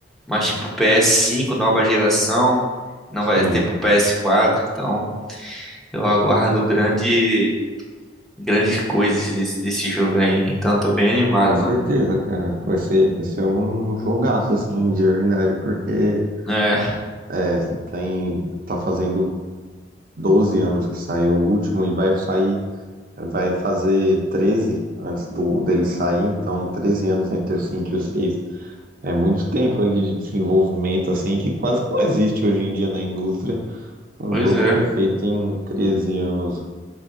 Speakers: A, in the centre; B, on the right.
A: Mas tipo PS5, nova geração. Não
B: sim.
A: vai ter pro PS4. Então eu aguardo grande, grandes coisas desse, desse jogo aí. Então eu tô bem animado,
B: Com certeza,
A: mano.
B: cara. Vai ser, vai ser um jogaço, assim, de verdade, porque
A: É,
B: é, tem, tá fazendo 12 anos que saiu o último e vai sair, vai fazer 13 antes do dele sair, então 13 anos entre o 5 e o 6. É muito tempo ali de desenvolvimento assim que quase não existe hoje em dia na indústria. Um
A: pois
B: jogo
A: é.
B: que é feito em 13 anos.